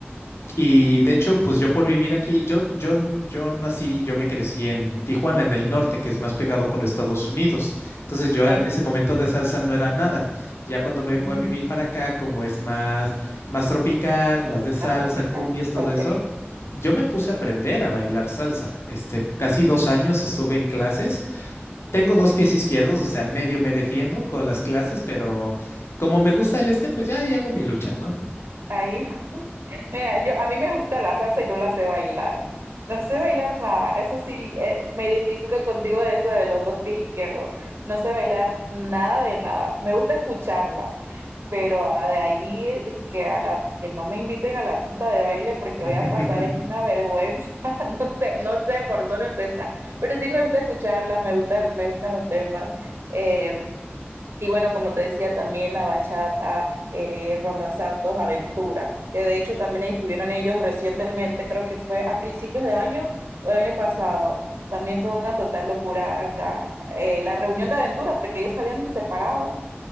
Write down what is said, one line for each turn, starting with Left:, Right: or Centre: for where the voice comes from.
Left: Y de hecho, pues yo por vivir aquí, yo, yo, n- yo nací, yo me crecí en Tijuana, en el norte, que es más pegado con Estados Unidos. Entonces yo
Right: ok,
Left: en ese momento de salsa no era nada. Ya cuando vengo
Right: ujú,
Left: a vivir para acá, como es más, más tropical, más de salsa,
Right: Más tropical,
Left: cumbias, todo
Right: ok.
Left: eso, yo me puse a aprender a bailar salsa. Este, casi dos años estuve en clases. Tengo dos pies izquierdos, o sea, medio me defiendo con las clases, pero como me gusta el este, pues ya ahí hago mi lucha, ¿no?
Right: Ahí, <laughs> mira, yo, a mí me gusta la salsa y no la sé bailar. No sé bailar nada, eso sí, eh, me identifico contigo de eso de los dos pies izquierdos. No sé bailar nada de nada. Me gusta escucharla. pero a- de ahí que a la que no me inviten a la pista de baile porque
Left: <laughs>
Right: voy a pasar es una vergüenza, <laughs> no sé, no sé por dónde empezar, pero sí me gusta escucharla, me gusta, me gustan los temas. eh, y bueno, como te decía, también la bachata, eh, Romeo Santos, Aventura, que de hecho también estuvieron ellos recientemente, creo que fue a principios de año o el año pasado. También fue una total locura acá, eh, la reunión de Aventura, porque ellos se habían separado